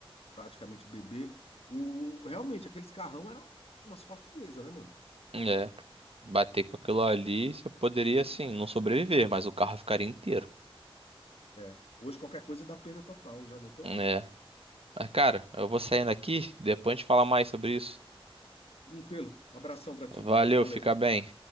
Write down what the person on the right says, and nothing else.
é. Bater com aquilo ali, você poderia, assim, não sobreviver, mas o carro ficaria inteiro.
É. Mas, cara, eu vou saindo aqui, depois a gente fala mais sobre isso.
Valeu,
fica bem.